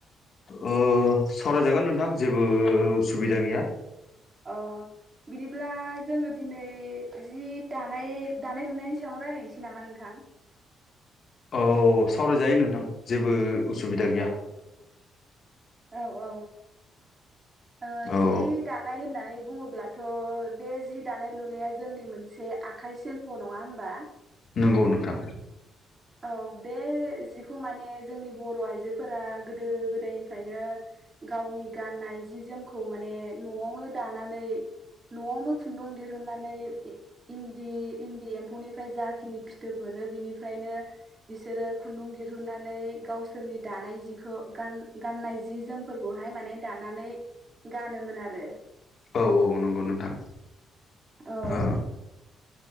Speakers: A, on the left; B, on the right.
A: ओ सावरायजागोन नोंथां जेबो उसुबिदा गैया
B: अ बिदिब्ला जोङो दिनै जि दानाय दानाय लुनायनि सायावनो रायलायनोसै नामा नोंथां
A: औ सावरायजायो नोंथां जेबो उसुबिदा गैया।
B: औ औ औ। ओ जि
A: औ
B: दानाय होननानै बुङो अब्लाथ' बे जि दानाय लुनाया जोंनि मोनसे आखाइ सिल्प' नङा होमबा
A: नंगौ नोंथां।
B: औ बे जिखौ माने जोंनि बर' आइजोफोरा गोदो गोदायनिफ्रायनो गावनि गाननाय जि जोमखौ माने न'आवनो दानानै न'आवनो खुन्दुं दिहुननानै इन्दि इन्दि एम्फौनिफ्राय जाखिनि फिथोबफोर मोनो बिनिफ्रायनो बिसोरो खुन्दुं दिहुननानै गावसोरनि दानाय जिखौ गाननाय जि जोमफोर फोरखौहाय माने दानानै गानोमोन आरो
A: औ औ नंगौ नोंथां
B: औ
A: ओ